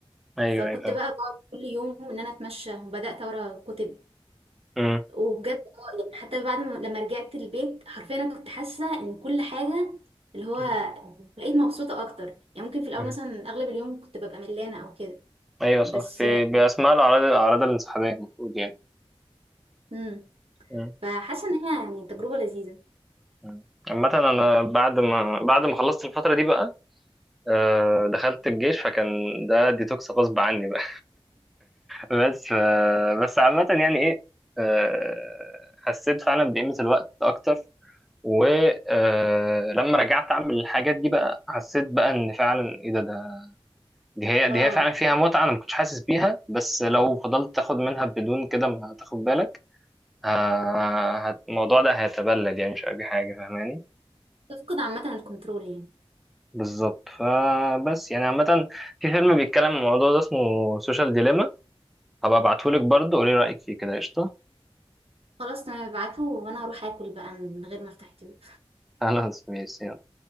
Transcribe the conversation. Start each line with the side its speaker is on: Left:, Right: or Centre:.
Centre: ايوه
Right: فكنت
Centre: ايوه فاهم
Right: بقى بقعد كل يوم ان انا اتمشى وبدات اقرا كتب
Centre: مم.
Right: وبجد اه يعني حتى بعد ما لما رجعت البيت حرفيا انا كنت حاسه ان كل حاجه اللي هو
Centre: مم.
Right: بقيت مبسوطه اكتر يعني ممكن في الاول
Centre: مم.
Right: مثلا اغلب اليوم كنت ببقى ملانه او كده
Centre: ايوه
Right: بس
Centre: صح في باسماء الاعراض الاعراض الانسحابيه المفروض يعني
Right: امم
Centre: مم.
Right: فحاسه ان هي يعني تجربه لذيذه
Centre: مم. عامة أنا بعد ما بعد ما خلصت الفترة دي بقى آه، دخلت الجيش فكان ده ديتوكس غصب عني بقى. بس ف- بس عامة يعني ايه آه، حسيت فعلا بقيمة الوقت اكتر ولما رجعت اعمل الحاجات دي بقى حسيت بقى ان فعلا ايه ده ده دي هي دي
Right: اه
Centre: هي فعلا فيها متعة انا ما كنتش حاسس بيها بس لو فضلت تاخد منها بدون كده ما تاخد بالك ه- هت- الموضوع ده هيتبلد يعني مش اي حاجة فاهماني
Right: تفقد عامة الكنترول يعني
Centre: بالظبط فبس يعني عامة في فيلم بيتكلم عن الموضوع ده اسمه سوشيال ديليما هبقى ابعتهولك برضه قولي رأيك فيه كده قشطة
Right: خلاص تمام ابعته وانا هروح اكل بقى من غير ما افتح يوتيوب
Centre: خلاص ماشي